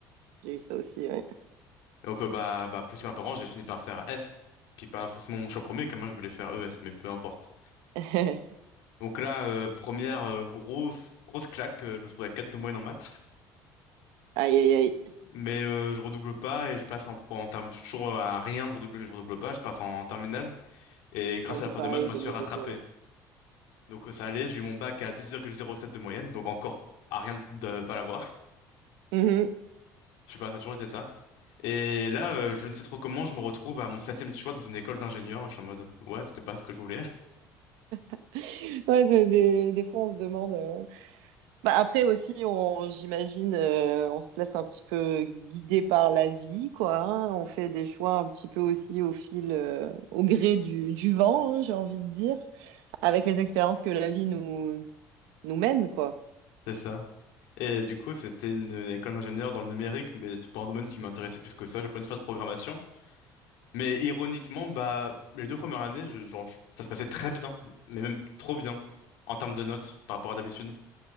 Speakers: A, on the right; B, on the left.
A: j'ai eu ça aussi, ouais.
B: Donc, euh, bah, bah, poussé par mes parents, j'ai fini par faire S, qui est pas forcément mon choix premier, car moi, je voulais faire ES, mais peu importe.
A: <laughs>
B: Donc là, euh, première euh, grosse, grosse claque, euh, je me retrouve à 4 de moyenne en maths.
A: Aïe, aïe, aïe.
B: Mais euh, je redouble pas et je passe en, pro- en terme, toujours à rien de redoubler, mais je redouble pas, je passe en, en terminale. Et grâce
A: C'est un
B: à
A: peu
B: la prof
A: pareil
B: de maths, je me
A: de
B: suis
A: mon
B: rattrapé.
A: côté. Ouais,
B: Donc euh, ça allait, j'ai eu mon bac à 10,07 de moyenne, donc encore à rien de pas l'avoir.
A: Mhm.
B: <laughs> Je sais pas, ça a toujours été ça. Et là, euh, je ne sais trop comment, je me retrouve à mon septième choix dans une école d'ingénieur. Je suis en mode, ouais, c'était pas ce que je voulais. <laughs>
A: <laughs> Ouais, c'est des, des fois, on se demande. euh. Bah, après aussi, on, j'imagine, euh, on se laisse un petit peu guider par la vie, quoi. hein. On fait des choix un petit peu aussi au fil, euh, au gré du, du vent, hein, j'ai envie de dire. avec les expériences que la vie nous, nous mène, quoi.
B: C'est ça. Et du coup, c'était une école d'ingénieur dans le numérique, mais c'est pas un domaine qui m'intéressait plus que ça. J'apprenais une faire de programmation. Mais ironiquement, bah, les deux premières années, je- genre, je- ça se passait très bien, mais même trop bien, en termes de notes, par rapport à d'habitude.